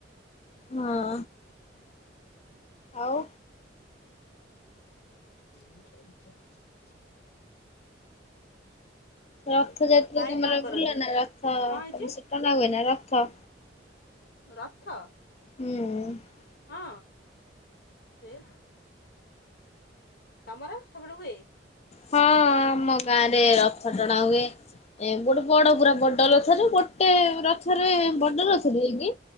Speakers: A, on the left (about 35°); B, on the left (about 60°).
A: ହଁ। ଆଉ।
B: <inaudible>
A: ରଥ ଯାତା
B: ଭାଇ
A: ତମର
B: କଣ କରନ୍ତି?
A: ବୁଲ ନା ରଥ
B: କଣ ହେଇଛି?
A: ତମେ ସେ ଟଣା ହୁଏ ନା ରଥ
B: ରଥ?
A: ହୁଁ।
B: ହଁ ସେ ତମର <unintelligible> ସେପଟେ ହୁଏ?
A: ହଁ ଆମ ଗାଁ ରେ ରଥ ଟଣା ହୁଏ। ଏ ଗୋଟେ ବଡ ପୁରା ବଡ ରଥରେ ଗୋଟେ ରଥ ରେ ବଡ ରଥ <unintelligible> ରଇକି